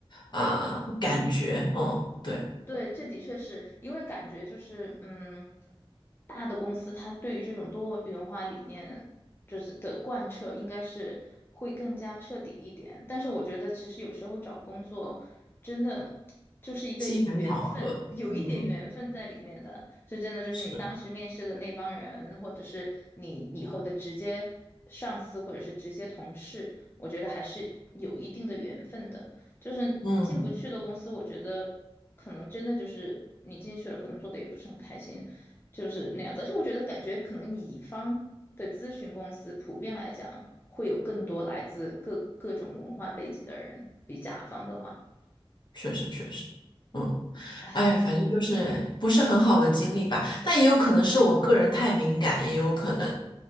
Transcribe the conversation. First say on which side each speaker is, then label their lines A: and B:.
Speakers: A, on the left; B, on the left.
A: 啊、感觉？嗯，对，
B: 对，这的确是因为感觉就是，嗯，大的公司它对于这种多元化理念就是的贯彻，应该是会更加彻底一点。但是我觉得，其实有时候找工作真的就是一个缘分，
A: 机缘巧合，
B: 有一点缘分在里面的，
A: 嗯
B: 是真的。就是你当时面试的那帮人，
A: 是，
B: 或者是你以后的直接上司，或者是直接同事，我觉得还是有一定的缘分的。就是进不去的公司，
A: 嗯。
B: 我觉得。可能真的就是你进去了，可能做的也不是很开心，就是那样子。而且我觉得，感觉可能乙方的咨询公司普遍来讲，会有更多来自各各种文化背景的人，比甲方的话。
A: 确实确实，嗯，
B: 唉。
A: 哎，反正就是不是很好的经历吧，但也有可能是我个人太敏感，也有可能，